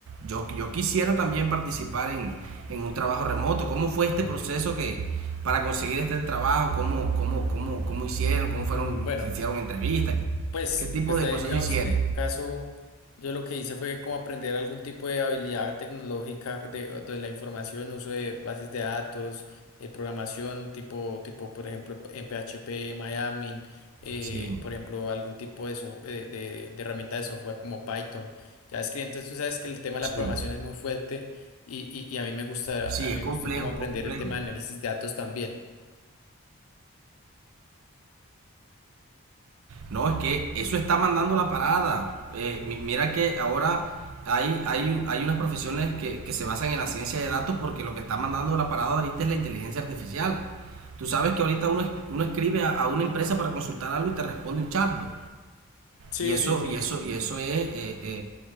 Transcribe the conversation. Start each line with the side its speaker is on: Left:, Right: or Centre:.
Right: Yo, yo quisiera también participar en, en un trabajo remoto. ¿Cómo fue este proceso que para conseguir este trabajo? ¿Cómo, cómo, cómo, cómo hicieron? ¿Cómo
Left: Mm,
Right: fueron?
Left: bueno.
Right: ¿Se hicieron entrevistas? ¿Qué,
Left: Pues,
Right: qué tipo
Left: pues
Right: de
Left: de ahí,
Right: proceso
Left: digamos,
Right: hicieron?
Left: en el caso, yo lo que hice fue como aprender algún tipo de habilidad tecnológica de, de la información, uso de bases de datos, eh, programación tipo, tipo, por ejemplo, en PHP, Miami, eh,
Right: Sí,
Left: por ejemplo, algún tipo de, so- eh, de, de herramienta de software como Python, JavaScript. Entonces, tú sabes que el tema de
Right: sí,
Left: la programación es muy fuerte y, y, y a mí me gusta,
Right: sí,
Left: a mí
Right: es
Left: me
Right: complejo,
Left: gustó como aprender
Right: un poco complejo.
Left: el tema de análisis de datos también.
Right: No, es que eso está mandando la parada. Eh, mira que ahora hay, hay, hay unas profesiones que, que se basan en la ciencia de datos porque lo que está mandando la parada ahorita es la inteligencia artificial. Tú sabes que ahorita uno, uno escribe a, a una empresa para consultar algo y te responde un chatbot.
Left: Sí,
Right: Y eso,
Left: sí,
Right: y eso, y eso es, eh, eh,